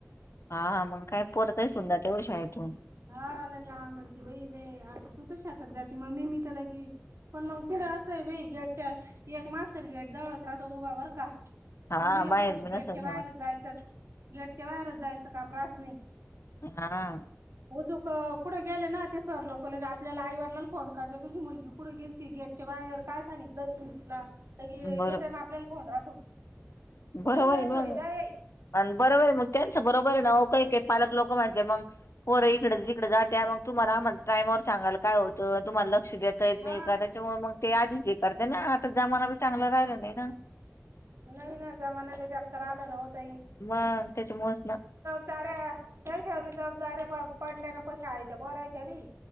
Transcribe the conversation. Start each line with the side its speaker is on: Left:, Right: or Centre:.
Left: हा मग काय पोर तशी होऊन जाते शाळेतून
Right: हाला ग म्हणते बईले आता तू तर शेतात जाते मम्मी मी त्याला की पण मग तिलां असंय बई गेटच्या एक मास्तर गेट जवळच राहतो उभा बरं का.
Left: हा
Right: मुलीला,
Left: बाहेर
Right: कुठं
Left: बी
Right: गेटच्या
Left: नसल
Right: बाहेरच जायचं, गेटच्या बाहेरच जायचं काम राहत नाही.
Left: हां.
Right: हो जे कुठे गेले ना ते सर लोक लगे आपल्याला आईवडिलांला फोन करते तुची मुलगी कुठे गेलती गेट च्या बाहेर काय सांगितलं तुमला, तरी
Left: बरं
Right: रिटर्न आपल्याला फोन राहतो.
Left: बरोबर
Right: तिडले सुविधा
Left: ग
Right: आहे
Left: आणि बरोबर आहे मग त्यांच बरोबर आहे ना, अवो काही काही पालक लोक म्हणजे मग पोरं हिकडं, तिकडे जातं, मग तुम्हाला आम्हाला टायमांवर सांगाल काय होतं, तुम्हाला लक्ष देत देता
Right: हा
Left: नाही का, त्याच्यामुळे मग ते आधीच हे करते ना, आता जमाना बी चांगला रागला नाही ना.
Right: नाही ना, जमाना <unintelligible> ओ ताई
Left: मग. त्याच्या मुळेच ना.
Right: तर्र त्य <unintelligible> पडल्या ना पो शाळायच्या पोरायच्या बी